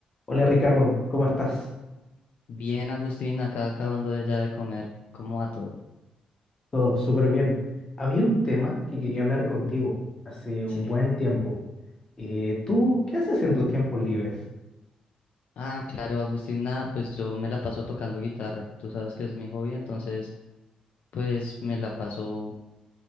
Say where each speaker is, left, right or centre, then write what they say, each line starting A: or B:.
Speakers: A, on the left; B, on the left.
A: Hola Ricardo, ¿cómo estás?
B: Bien, Agustín, acá acabando de ya de comer. ¿Cómo va todo?
A: Todo súper bien. Había un tema que quería hablar contigo hace un
B: Sí.
A: buen tiempo. Eh, ¿tú qué haces en tus tiempos libres?
B: Ah, claro, Agustín, nada, pues yo me la paso tocando guitarra. Tú sabes que es mi hobby, entonces, pues me la paso,